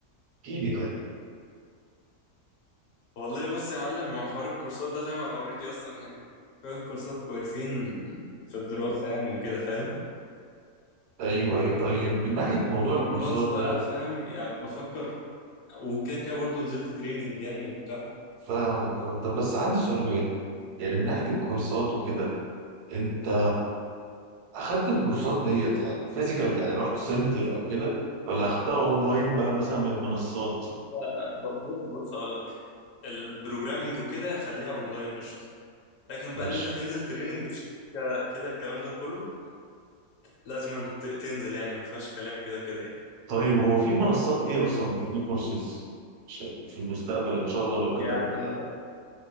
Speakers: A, on the right; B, on the left.
A: احكي لي طيب
B: والله بص يا معلم هو حوار الكورسات ده فاهم انا اوريدي اصلا يعني شويه كورسات كويسين في الدراسه يعني وكده فاهم
A: ايوه اي طيب من ناحية موضوع
B: وبلس
A: الكورسات
B: بقى
A: ده
B: فاهم يعني بفكر وكده كده برضه نزلت تريننج يعني وبتاع
A: فاهمك فاهمك. طب بس عندي سؤال بجد يعني من ناحية الكورسات وكده انت اخدت الكورسات ديت يعني فيزيكال يعني رحت سنتر او كده ولا اخدتها اونلاين بقى مثلا من منصات
B: لا لا ب- ب- بص هقول لك البروجرامنج وكده خليها اونلاين قشطه لكن
A: ماشي
B: بقى اللي انت هتنزل تريننج في شركه كده الكلام ده كله لازم تنزل يعني ما فيهاش كلام كده كده يعني
A: طيب هو في منصات ايه اصلا بتدي كورسز عشان في المستقبل ان شاء الله لو كده
B: يعني
A: أبقى-
B: مثلاً